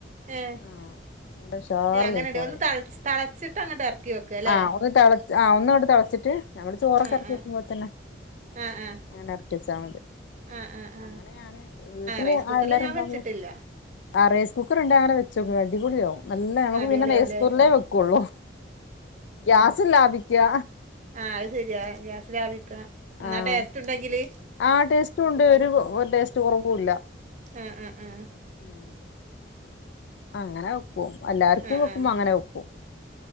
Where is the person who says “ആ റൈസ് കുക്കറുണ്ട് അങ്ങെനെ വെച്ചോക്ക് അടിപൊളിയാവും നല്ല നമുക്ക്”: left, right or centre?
Left